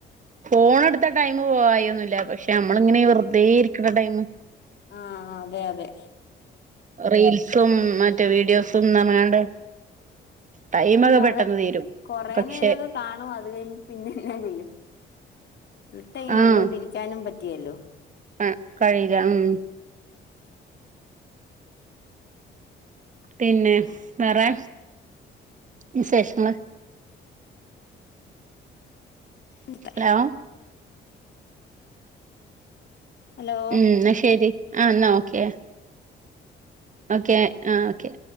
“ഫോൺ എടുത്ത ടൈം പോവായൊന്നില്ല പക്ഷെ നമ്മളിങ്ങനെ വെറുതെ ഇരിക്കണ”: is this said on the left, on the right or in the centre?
Right